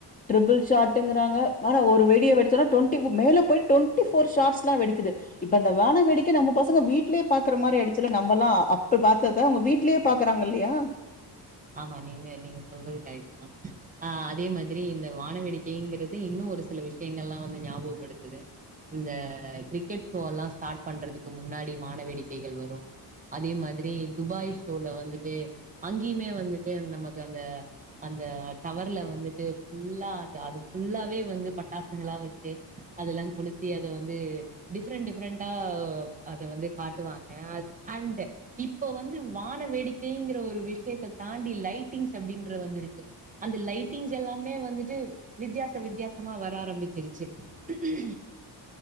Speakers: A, on the left (about 20°); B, on the right (about 20°).
A: ட்ரிபிள் ஷாட்டுங்குறாங்க ஆனா ஒரு வெடிய வெடிச்சோனா டுவெண்டி மேல போயிட் டுவெண்டி ஃபோர் ஷாட்ஸ்லாம் வெடிக்குது இப்ப அந்த வான வேடிக்க நம்ம பசங்க வீட்லயே பாக்குற மாரி ஆயிடுச்சுல நம்மல்லாம் அப்ப பாத் த்தத அவங்க வீட்லயே பாக்குறாங்கல்லயா
B: ஆமா நீங்க நீங்க சொல்றது கரெட்டு தா அ அதே மாதிரி இந்த வான வேடிக்கைங்கிறது இன்னும் ஒரு சில விஷயங்கள்லா வந்து ஞாபகப்படுத்துது இந்த கிரிக்கெட் ஷோ ல்லாம் ஸ்டார்ட் பண்றதுக்கு முன்னாடி வான வேடிக்கைகள் வரும் அதே மாதிரி துபாய் ஷோல வந்துட்டு அங்கியுமே வந்துட்டு நமக்கு அந்த அந்த டவர்ல வந்துட்டு ஃபுல்லா அது அது ஃபுல்லாவே வந்து பட்டாசுங்களா வச்சு அதெல்லா கொளுத்தி அத வந்து டிஃப்ரெண்ட் டிஃப்ரெண்டண்டா அத வந்து காட்டுவாங்க அண்டு இப்ப வந்து வான வேடிக்கைங்கிற ஒரு விஷயத்த தாண்டி லைட்டிங்ஸ் அப்டின்ற வந்துருச்சு அந்த லைட்டிங்ஸ் எல்லாமே வந்துட்டு வித்தியாச வித்தியாசமா வர ஆரம்பிச்சிருச்சு ஹஉம்